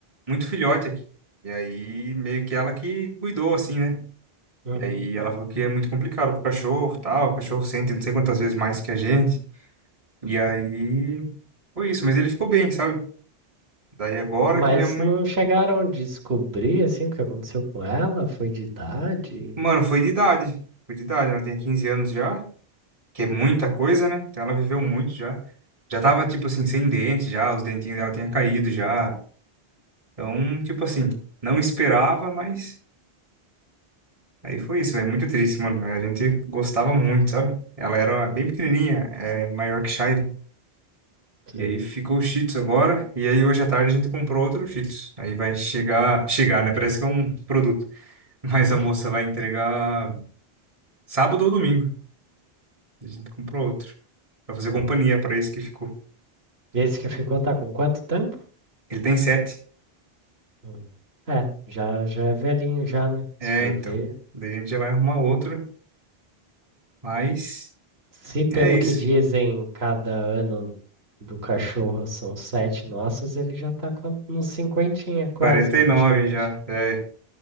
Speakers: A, on the right (about 35°); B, on the right (about 75°).
A: muito filhote aqui. E aí meio que ela que cuidou assim, né?
B: Uhum.
A: E aí ela falou que é muito complicado pro cachorro, tal, o cachorro sente não sei quantas vezes mais que a gente. E aí foi isso, mas ele ficou bem, sabe? Daí agora
B: Mas
A: que minha mãe,
B: não chegaram a descobrir, assim, o que aconteceu com ela? Foi de idade?
A: mano, foi de idade, foi de idade, ela tinha 15 anos já. que é muita coisa, né? Então ela viveu muito já. Já tava, tipo assim, sem dente já, os dentinhos dela tinham caído já. Então, tipo assim, não esperava, mas aí foi isso, é muito triste, mano. A gente gostava muito, sabe? Ela era
B: Uhum.
A: bem pequenininha, é, uma Yorkshire.
B: Sei.
A: E aí ficou o Shih Tzu agora, e aí hoje à tarde a gente comprou outro Shih Tzu. Aí vai chegar, chegar, né? Parece que é um produto. <laughs> Mas
B: <laughs>
A: a moça vai entregar sábado ou domingo. A gente comprou outro. Pra fazer
B: Hum.
A: companhia pra esse que ficou.
B: Esse que ficou tá com quanto tempo?
A: Ele tem sete.
B: Hum. É, já, já é velhinho já, né?
A: É,
B: Se for
A: então.
B: ver.
A: Daí a gente já vai arrumar outra. Mas
B: Se pelo
A: é isso.
B: que dizem, cada ano do cachorro são sete nossas, ele já tá com uns cinquentinha quase,
A: 49
B: praticamente.
A: já. É.